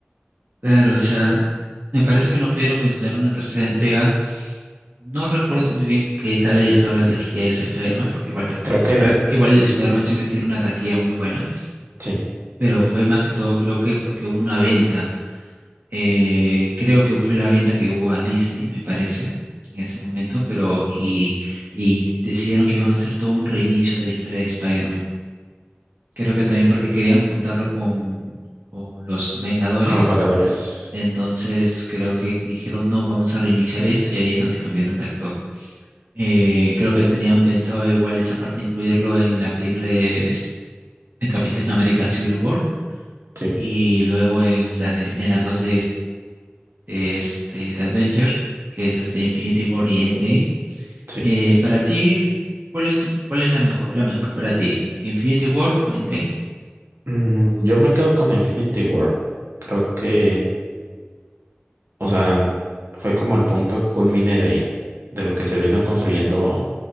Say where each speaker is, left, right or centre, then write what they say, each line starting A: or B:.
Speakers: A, on the right; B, on the right.
A: Claro, o sea, me parece que no pudieron continuar una tercera entrega. No recuerdo muy bien qué tal ahí estaba la taquilla de ese Spider-Man, porque igual, ta-
B: Creo que
A: prac- igual el Spider-Man siempre tiene una taquilla muy buena,
B: sí,
A: pero fue más que todo creo que porque hubo una venta Eh, creo que fue la venta que hubo a Disney, me parece, en ese momento, pero y, y decidieron que iban a hacer todo un reinicio de la historia de Spider-Man. Creo que también porque querían juntarlo con, con los Vengadores.
B: con los Vengadores.
A: Entonces creo que dijeron, no, vamos a reiniciar esto y ahí es donde cambiaron de actor. Eh, creo que tenían pensado igual esa parte incluirlo en la película de, de Capitán América Civil War
B: Sí,
A: y luego en las de- en las dos este, de Avengers, que es este Infinity War y Endgame.
B: sí.
A: Eh, para ti, ¿cuál es tu, cuál es la mejor, la mejor para ti? ¿Infinity War o Endgame?
B: Mm, yo me quedo con Infinity War. Creo que, o sea, fue como el punto culmine de, de lo que se vino construyendo